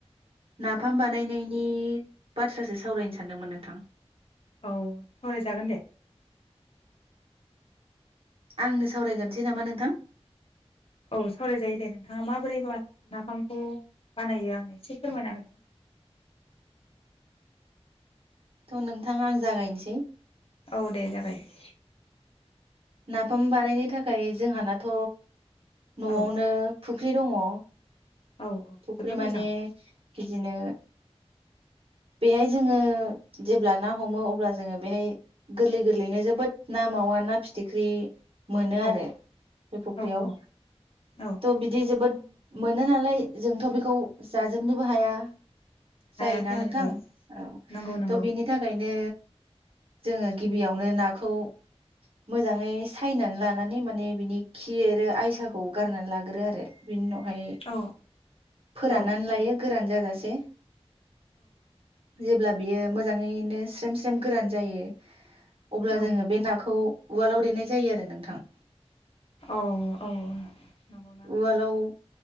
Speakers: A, on the right (about 60°); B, on the left (about 60°).
A: नाफाम बानायनायनि बाथ्रासो सावरायनो सानदोंमोन नोंथां ।
B: औ सावरायजागोन दे ।
A: आंनो सावरायग्रोनसै नामा नोंथां?
B: औ सावरायजायो दे नोंथाङा माबोरै बा नाफामखौ बानायो आंनो एसे फोरमायना होदो ।
A: थ नोंथां आं जागायनोसै ।
B: औ दे जागाय ।
A: नाफाम बानायनो थाखाय जोंहानाथ न'आवनो
B: औ
A: फुख ख्रि दङ ।
B: औ औ
A: फुख्रि
B: जोबोद
A: माने
B: मोजां
A: बिदिनो बेहाय जोङो जेब्ला ना हमो अब्ला जोङो बेहाय गोरलै गोरलैयैनो जोबोद ना मावा ना फिथ फिथिख्रि मोनो
B: औ
A: आरो बे फुख्रियाव
B: औ औ औ
A: ट बिदि जोबोद मोनो नालाय जोंथ बेखौ जाजोबनोबो हाया ।
B: हायाथ'
A: जायोना
B: आरो
A: नोंथां औ
B: नंगौ नंगौ
A: थ बिनि थाखायनो जोङो गिबियावनो नाखौ मोजाङै सायनानै लाना नै माने बिनि खि आरो आयसाखौ गारनानै लाग्रो आरो बिनि उनाव उनावहाय
B: औ
A: फोराननानै
B: औ
A: लायो । गोरान जाजासे जेब्ला बियो मोजाङैनो स्रेम स्रेम गोरान जायो । अब्ला
B: औ
A: जोङो बे नाखौ उवालाव देनाय जायो आरो नोंथां ।
B: औ औ नंगौना?
A: उवालाव